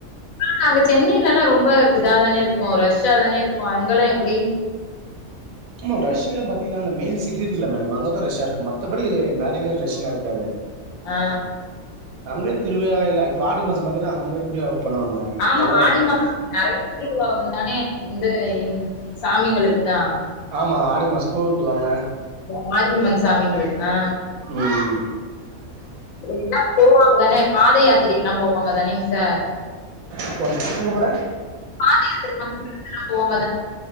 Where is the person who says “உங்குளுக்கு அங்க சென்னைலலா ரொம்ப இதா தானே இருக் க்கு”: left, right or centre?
Left